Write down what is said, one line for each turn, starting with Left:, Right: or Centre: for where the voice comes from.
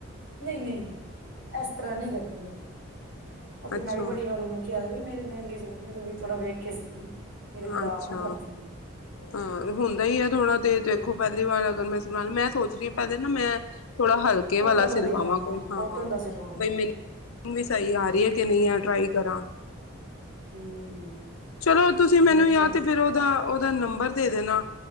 Right: ਨਹੀਂ- ਨਹੀਂ ਇਸ ਤਰ੍ਹਾਂ ਨਹੀਂ ਕਰੇਗੀ। ਉਹ ਉਹ ਤੇ
Left: ਅੱਛਾ
Right: ਮੈਂ ਵੀ ਬੜੀ ਵਾਰ ਉਹਨੂੰ ਕਿਹਾ ਵੀ ਮੇਰੇ ਮਹਿੰਗੇ ਸੂਟ ਨੇ ਤੇ ਬਈ ਥੋੜਾ ਵੇਖ ਕੇ ਸੀਅ ਮੇਰੇ
Left: ਹਾਂ
Right: ਖਰਾਬ
Left: ਅੱਛਾ
Right: ਨਾ ਕਰਦੀ।
Left: ਹਾਂ, ਹੁੰਦਾ ਹੀ ਹੈ। ਥੋੜਾ ਤੇ ਦੇਖੋ, ਪਹਿਲੀ ਵਾਰ ਅਗਰ ਮੈਂ ਸੁਆ ਮੈਂ ਸੋਚ ਰਹੀ ਹਾਂ, ਪਹਿਲੇ ਨਾ ਮੈਂ ਥੋੜਾ ਹਲਕੇ
Right: ਕੋਟਨ
Left: ਵਾਲਾ
Right: ਦਾ
Left: ਸਿਲਵਾਵਾਂ
Right: ਦਿਖਾ
Left: ਕੋਈ
Right: ਕੋਟਨ
Left: ਹਾਂ
Right: ਦਾ ਸਿਲਵਾ ਲੋ
Left: ਬਈ ਮੈਨੂੰ। ਵੀ ਸਹੀ ਆ ਰਹੀ ਆ ਕਿ ਨਹੀਂ ਆ ਟਰਾਈ ਕਰਾ।
Right: ਹੂੰ।
Left: ਚਲੋ ਤੁਸੀਂ ਮੈਨੂੰ
Right: ਹੋਰ
Left: ਜਾ
Right: ਕਿਆ
Left: ਤੇ ਫਿਰ। ਉਹਦਾ, ਉਹਦਾ ਨੰਬਰ ਦੇ ਦੇਣਾ।